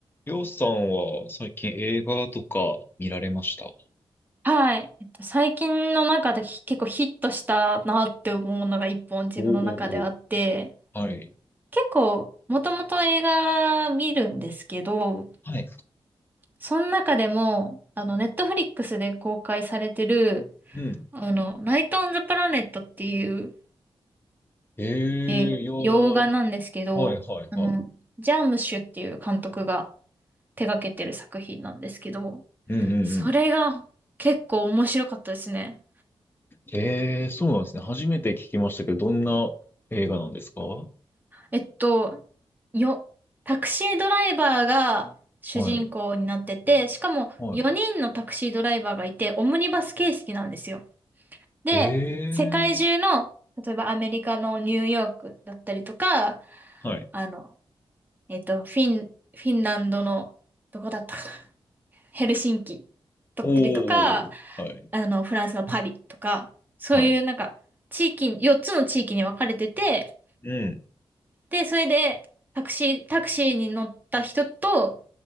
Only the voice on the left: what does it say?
りょうさんは最近映画とか見られました
おおお、はい。
はい。
うん。
え
えいやー、
はいはいはい。
うんうんうん。
ええそうなんですね。初めて聞きましたけど、どんな映画なんですかは
い。
はい。
ええ
はい。
おーおー、はい。
はい。
うん。